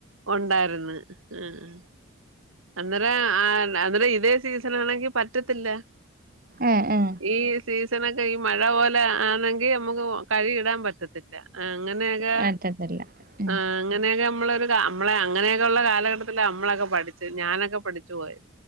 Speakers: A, on the right; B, on the right.
A: ഉണ്ടായിരുന്നു ആഹ് അന്നേരം ആ അന്നേരം ഇതേ സീസനാണെങ്കിൽ പറ്റത്തില്ല
B: ഏ ഏ
A: ഈ സീസണൊക്കെ ഈ മഴ പോലെ ആണെങ്കിൽ നമുക്ക് കഴുകി ഇടാൻ പറ്റത്തില്ല ആഹ് അങ്ങനെയൊക്കെ
B: പറ്റത്തില്ല ഉം
A: ആഹ് അങ്ങനെയൊക്കെ നമ്മളൊരു നമ്മളെ അങ്ങനെയൊക്കെ ഉള്ള കാലഘട്ടത്തിലാ നമ്മളൊക്കെ പഠിച്ചത് ഞാനൊക്കെ പഠിച്ച് പോയത്